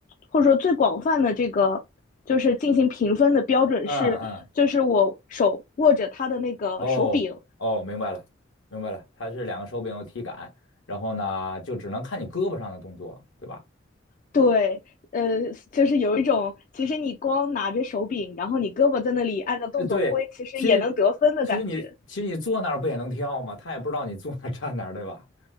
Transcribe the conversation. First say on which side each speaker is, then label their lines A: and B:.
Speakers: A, on the left (about 40°); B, on the left (about 75°).
A: 或者说最广泛的这个就是进行评分的标准是，
B: 嗯，嗯
A: 就是我手握着它的那个手柄，
B: 哦哦，明白了，明白了，它是两个手柄有体感，然后呢，就只能看你胳膊上的动作，对吧？
A: 对。呃，就是有一种，其实你光拿着手柄，然后你胳膊在那里按照动作挥，
B: 呃，对，
A: 其实也能得分的感觉。
B: 其实其实你其实你坐那儿不也能跳吗？他也不知道你坐那儿站哪儿，对吧？